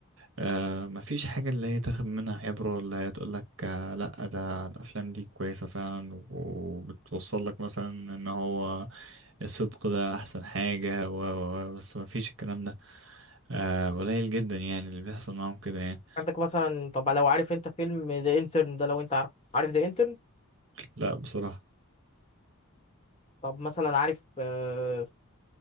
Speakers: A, on the right; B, on the left.
A: آه ما فيش حاجة اللي هي تاخد منها عبرة ولا هي تقول لك آه لا ده الافلام دي كويسة فعلا وبتوصل لك مثلا ان هو الصدق ده احسن حاجة و و- و- بس ما فيش الكلام ده آه، قليل جدا يعني اللي بيحصل معاهم كده يعني
B: عندك مثلا طب لو عارف انت فيلم ذا انترن ده لو انت عارف عارف ذا انترن
A: لا بصراحة
B: طب مثلا عارف آه،